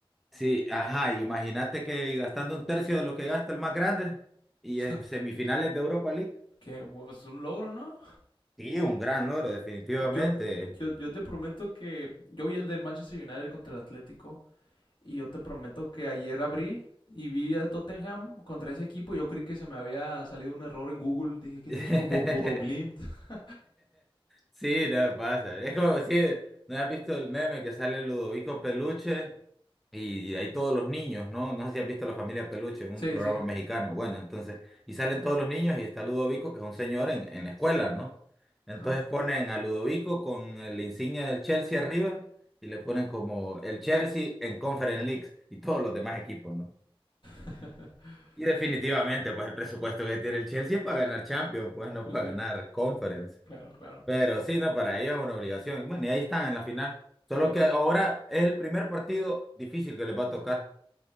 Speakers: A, in the centre; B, on the left (about 55°).
A: Sí, ajá, imagínate que gastando un tercio de lo que gasta el más grande y
B: <laughs>
A: en semifinales de Europa League.
B: Qué, pues un logro, ¿no?
A: Sí, un gran logro, definitivamente.
B: Yo, yo, yo te prometo que yo vi el del Manchester United contra el Atlético Y yo te prometo que ayer abrí y vi al Tottenham contra ese equipo. y Yo creí que se me había salido un error en Google. Dije, ¿qué
A: <laughs>
B: es eso? Bo- Bodoglimt. <laughs>
A: Sí, no pasa. Es como si no has visto el meme que sale Ludovico Peluche Y hay todos los niños, ¿no? No sé si has visto La Familia Peluche, un
B: Sí,
A: programa
B: sí.
A: mexicano. Bueno, entonces, y salen todos los niños y está Ludovico, que es un señor en, en la escuela, ¿no? Entonces
B: Ajá.
A: ponen a Ludovico con la insignia del Chelsea arriba y le ponen como el Chelsea en Conference Leagues y todos los demás equipos, ¿no?
B: <laughs>
A: Y definitivamente, pues el presupuesto que tiene el Chelsea es para ganar Champions, pues no
B: Pues
A: para
B: sí,
A: ganar Conference.
B: claro, claro.
A: Pero sí, no, para ellos es una obligación. Bueno, y ahí están en la final. Solo
B: Y
A: que
B: co-
A: ahora es el primer partido difícil que les va a tocar.